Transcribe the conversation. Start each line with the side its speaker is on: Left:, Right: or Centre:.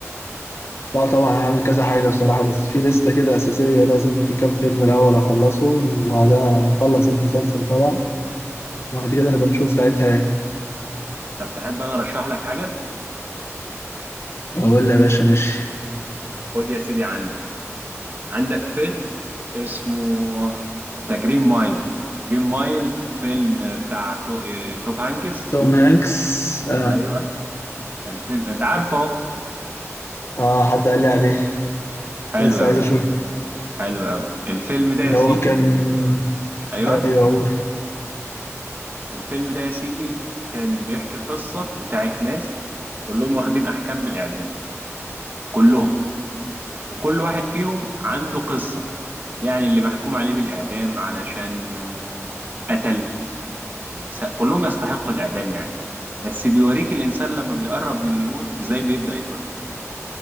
Left: لا طبعا هعمل كذا حاجة بصراحة بس في لستة كده أساسية لازم في كام فيلم الأول أخلصهم وبعدها أخلص المسلسل طبعا بعد كده نبقى نشوف ساعتها يعني
Right: طب تحب انا ارشح لك حاجه
Left: اقول له يا باشا ماشي
Right: خد يا سيدي عندك عندك فيلم اسمه ذا جرين مايل جرين مايل فيلم بتاع تو... آه، توب هانكس
Left: توم هانكس اه
Right: ايوه الفيلم انت عارفه اهو
Left: اه حد قال لي عليه بس
Right: حلو
Left: لسه
Right: قوي
Left: عايز اشوف
Right: حلو قوي الفيلم ده يا
Left: اللي
Right: سيدي
Left: هو كان
Right: ايوه
Left: ايوه اقول
Right: الفيلم ده يا سيدي كان بيحكي قصة بتاعت ناس كلهم واخدين احكام بالاعدام كلهم وكل واحد فيهم عنده قصة يعني اللي محكوم عليه بالاعدام علشان آه، قتل واللي س... كلهم يستحقوا الإعدام يعني بس بيوريك الإنسان لما بيقرب من الموت إزاي بيبدأ يفكر